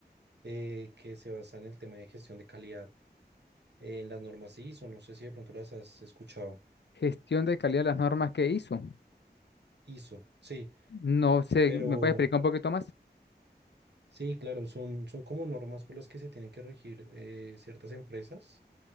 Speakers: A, on the right; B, on the left.
A: eh, que se basa en el tema de gestión de calidad, eh, en las normas ISO, no sé si de pronto las has escuchado,
B: Gestión de calidad de las normas que hizo.
A: ISO, sí,
B: No sé,
A: pero
B: ¿me puedes explicar un poquito más?
A: sí, claro, son, son como normas por las que se tienen que regir eh, ciertas empresas